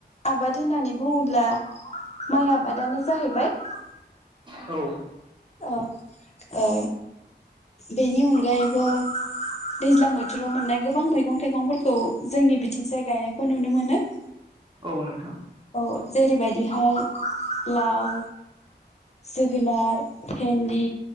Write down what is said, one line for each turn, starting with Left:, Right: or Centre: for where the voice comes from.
Left: आबाद होननानै बुङोब्ला माइ आबादानो जाहैबाय ।
Right: औ
Left: अ औ बेनि अनगायैबो दैज्लां बोथोराव मोननाय गोबां मैगं थाइगंफोरखौ जोंनि बिथिंजाय गायनायखौ नुनो मोनो ।
Right: औ नोंथां
Left: औ जेरैबायदिहाय लाव जोगोनार भेन्दि